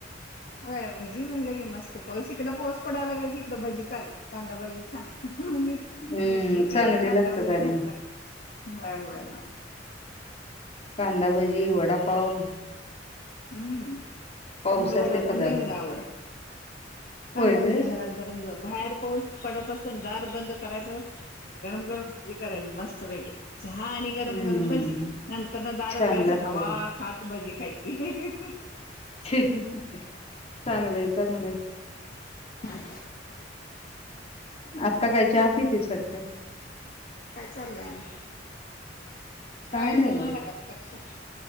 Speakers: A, on the left; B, on the left.
A: होय भजी म्हणलं की मस्त पऊस इकडं पाऊस पडाया लागला की इकडे भजी चालू कांदा भाजी छान मिरच्या
B: हम्म
A: तळून
B: चांगली
A: कांदा
B: लागतात
A: भजी
B: आणि
A: भराय लागते बर बर बर
B: कांदाभजी वडापाव
A: हम्म
B: पावसातले
A: मला वडापाव
B: पदार्थ
A: नाही एवढा आवडत कांदा
B: होय काय?
A: भजे घरात गरम गरम बाहेर पाऊस पडत असत दार बंद करायचं गरम गरम भजी करायची मस्त पैकीे चहा आणि गरम
B: हम्म
A: गरम भजी नंतर न दार
B: छान
A: उघडायच
B: लागतात
A: हवा खात भजी <inaudible>
B: चांगलंय चांगलंय
A: हम
B: आत्ता काय चहा पीतीस वाटतं
A: काय चाललंय शाळेत
B: काय नाही
A: जाऊन
B: बघ
A: आला का तक्ष